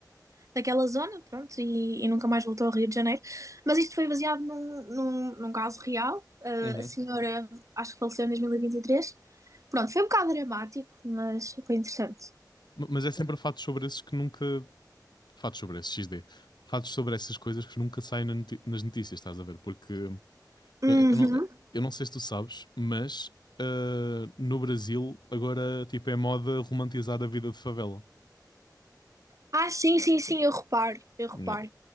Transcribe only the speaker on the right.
daquela zona, pronto, e, e nunca mais voltou ao Rio de Janeiro. Mas isto foi baseado num, num, num caso real. Ah,
a senhora, acho que faleceu em 2023. Pronto, foi um bocado dramático, mas foi interessante.
Uhum.
Ah, sim, sim, sim, eu reparo, eu reparo.